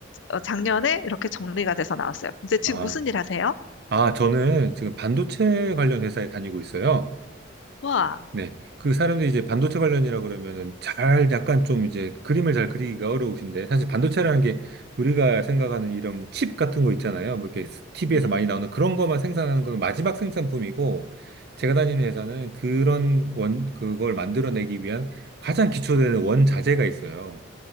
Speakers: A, on the left; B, on the right.
A: 어, 작년에 이렇게 정리가 돼서 나왔어요. 이제 지금
B: 아,
A: 무슨 일 하세요?
B: 아, 저는 지금 반도체 관련 회사에 다니고 있어요.
A: 와,
B: 네. 그 사람들이 이제 반도체 관련이라 그러면은 잘 약간 좀 이제 그림을 잘 그리기가 어려우신데 사실 반도체라는 게 우리가 생각하는 이런 칩 같은 거 있잖아요. 뭐 이렇게 TV에서
A: 네,
B: 많이 나오는 그런 것만 생산하는 건 마지막 생산품이고 제가 다니는 회사는 그런 원, 그걸 만들어내기 위한 가장 기초되는 원자재가 있어요.